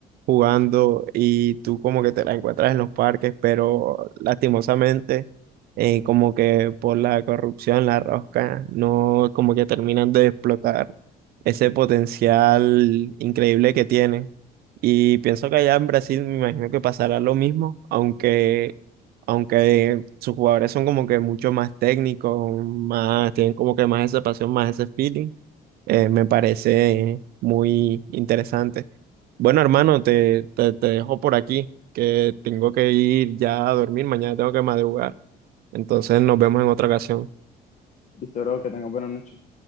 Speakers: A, on the right (about 65°); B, on the left (about 45°).
A: jugando y tú como que te la encuentras en los parques, pero lastimosamente eh, como que por la corrupción, la rosca, no como que terminan de explotar ese potencial increíble que tienen. Y pienso que allá en Brasil me imagino que pasará lo mismo, aunque aunque sus jugadores son como que mucho más técnicos, más, tienen como que más esa pasión, más ese feeling, eh, me parece muy interesante. Bueno, hermano, te, te, te dejo por aquí, que tengo que ir ya a dormir, mañana tengo que madrugar, entonces nos vemos en otra ocasión.
B: Listo, bro, que tengas buena noche.